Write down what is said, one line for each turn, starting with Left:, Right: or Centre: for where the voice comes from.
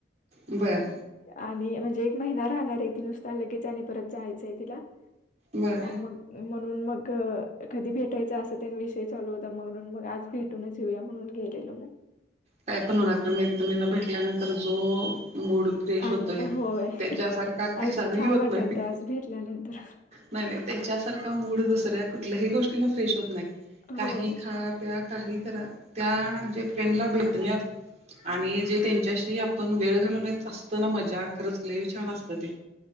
Right: बरं
Left: आणि म्हणजे एक महिना राहणार आहे ती नुसता लगेच आणि परत जायचंय तिला.
Right: बर
Left: आ मग म्हणून मग कधी भेटायच अस त्या विषय चालू होता म्हणून मग आज भेट. कून येेऊ म्हणून गेलेलो मग
Right: काय पण मैत्रिणीला भेटल्यानंतर जो भ मूड फ्रेश
Left: आणि
Right: होतोय
Left: होय
Right: त्याच्यासारखा कशानही
Left: आज छान
Right: होत
Left: वाटाल
Right: नाही.
Left: तर आज भेटल्यानंतर
Right: नाही नाही त्याच्यासारखा मूड दुसऱ्या कुठल्याही गोष्टी न फ्रेश होत नाही.
Left: होय
Right: काही खा प्या काही करा त्या जे फ्रेंडला भेट ण्यात आणि जे त्यांच्याशी आपण वेळ घालून येत अस. असत ना मजा खरंच केले छान असत ती